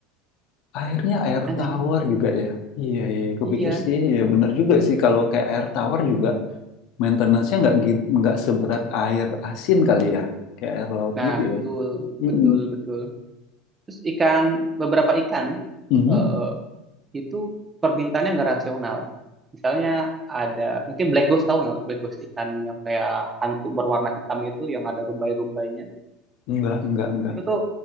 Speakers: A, on the left; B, on the right.
A: airnya air
B: aneh
A: tawar
B: kan
A: juga ya iya iya iya. kepikir
B: iya
A: sih ya bener juga sih kalau kayak air tawar juga maintenance-nya nggak gitu, nggak seberat air asin kali ya, kayak air laut
B: nah
A: gitu
B: betul
A: ya. Mm-mm.
B: betul betul terus ikan beberapa ikan
A: Mhm.
B: eh, itu permintaannya nggak rasional. Misalnya ada, mungkin black ghost tahu nggak? Black ghost ikan yang kayak hantu berwarna hitam itu, yang ada rumbai-rumbainya.
A: Nggak, nggak, nggak,
B: Itu tuh